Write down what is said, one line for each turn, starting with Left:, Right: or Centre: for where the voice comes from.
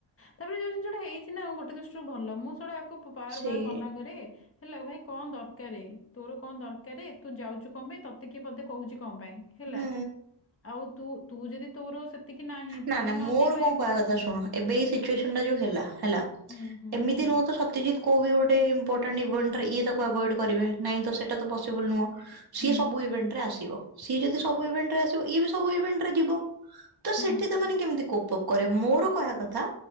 Left: ତାପରେ ଯୋଉ ଜିନିଷଟା ହେଇଛି ନା ମୁ ଗୋଟେ ଦୃଷ୍ଟିରୁ ଭଲ ମୁଁ ଶଳା ଆକୁ ବାର
Right: ସେଇ
Left: ବାର ମନା କରେ ହେଲା ଭାଇ କଣ ଦରକାର ତୋର କଣ ଦରକାର ତୁ ଯାଉଛୁ କଣ ପାଇଁ ତତେ କି ପଦେ କହୁଛି କଣ ପାଇଁ ହେଲା
Right: ହୁଁ
Left: ଆଉୁ ତୁ ଯଦି ତୋର ସେତିକି ନାହିଁ ତୁ
Right: ନା
Left: ଯଦି
Right: ନା
Left: ନ
Right: ମୋର
Left: ଦେଇ ପାରିବୁ
Right: କଣ କହିବା କଥା ଶୁଣ ଏବେ ଏଇ ସିଚୁଏସନ
Left: ହୁଁ,
Right: ଟା ଯୋଉ ହେଲା ହେଲା
Left: ହୁଁ, ହୁଁ,
Right: ଏମିତି ନୁହଁ ତ ସତ୍ୟଜିତ କୋ ଗୋଟେ ଇମ୍ପୋଟାନ୍ତେ ଏଭିଏଣ୍ଟ ଇଏ ତାକୁ ଆଭଏଡ କରିବେ ନାଇଁ ସେଟ ତ ପସିବିଲୁ ନୁହଁ ସିଏ
Left: ହୁଁ,
Right: ସବୁ ଇଭେଣ୍ଟ ରେ ଆସିବ ସିଏ ଯଦି ସବୁ ଇଭେଣ୍ଟ ରେ ଆସିବ ଇଏ ବି ସବୁ ଇଭେଣ୍ଟ ରେ ଯିବ ତ
Left: ହୁଁ,
Right: ସେଠି ତା ମାନେ କେମିତି କୋପ କପ କରେ ମୋର କହିବା କଥା